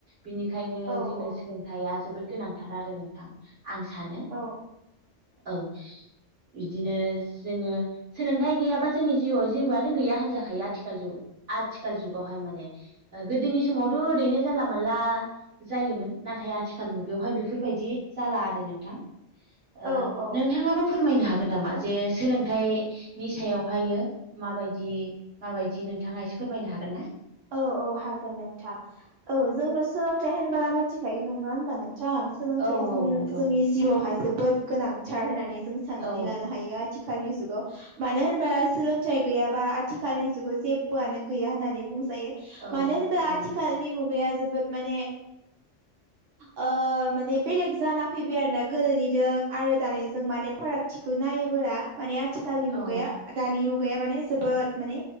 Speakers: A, on the right; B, on the right.
A: बिनिखायनो
B: औ
A: जोंनो
B: औ
A: सोलोंथाइया जोबोद गोनांथार आरो नोंथां आं सानो
B: औ
A: औ बिदिनो जोङो सोलोंथाइ गैयाबा जोंनि जिउआव जेबोआनो गैया होनजाखायो आथिखाल जु आथिखाल जुगावहाय माने गोदोनि समावथ' ओरैनो जानला मानला जायोमोन नाथाय नाथाय आथिखाल मुगायावहाय बेफोरबायदि जाला आरो नोंथां ओ
B: औ औ
A: नोंथाङाबो फोरमायनो हागोन नामा जे सोलोंथाइनि सायावहायो माबायदि माबायदि नों नोंथाङा एसे फोरमायनो हागोन ना
B: औ औ हागोन नोंथां औ जोंथ' सोलोंथाइ होनोबोला मिथिखायो नङा होनबा नोंथां सोलोंथया
A: औ
B: जोंनि
A: औ नंगौ
B: जोंनि जिउआवहाय जोबोद गोनांथार होननानै जों साननानै
A: औ
B: लानो हायो आथि आथिखालनि जुगाव मानो होनबा सोलोंथाइ गैयाबा आथिखालनि जुगाव जेबोआनो गैया होननानै बुं जायो
A: औ
B: मानो होनोबा
A: औ
B: आथिखालनि मुगाया जोबोद माने ओ माने बेलेग जाना फैबाय आरोना गोदोनिजों आरो दानिजों माने फारागथिखौ नायोबोला माने आथिखालनि मुगाया
A: औ
B: दानि मुगाया माने जोबोद माने